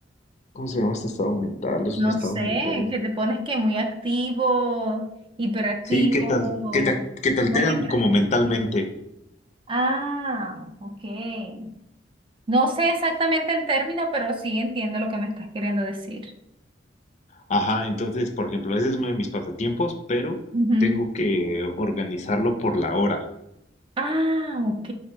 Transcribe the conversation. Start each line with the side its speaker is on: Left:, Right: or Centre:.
Left: ¿Cómo se llama este estado mental? Es
Right: No
Left: un estado
Right: sé,
Left: mental. este.
Right: que te pones que muy activo, hiperactivo,
Left: Sí, que tal, que te, que te alteran
Right: no hiperactivo.
Left: como mentalmente.
Right: Ah, ok. No sé exactamente el término, pero sí entiendo lo que me estás queriendo decir.
Left: Ajá, entonces, por ejemplo, ese es uno de mis pasatiempos, pero
Right: Ujú.
Left: tengo que organizarlo por la hora.
Right: Ah, ok.